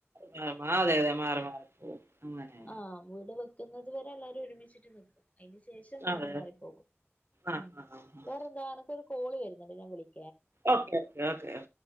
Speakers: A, on the right; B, on the left.
A: മാ മാറ അതെ അതെ മാറി മാറി അങ്ങനെ
B: ആഹ് വീട് വ ക്കുന്നത് വരെ എല്ലാവരും ഒരുമിച്ചിട്ട് നിൽക്കും അതിന് ശേഷം മാറി
A: അതെ
B: മാറി പോകും
A: ആഹ്
B: ഉ
A: ആഹ് ആഹ്
B: വേറെന്താ എനക്ക ഒരു കോളി ന്നിട്ട് ഞാൻ വിളി
A: ഓക്കെ ഓക്കേ ഓ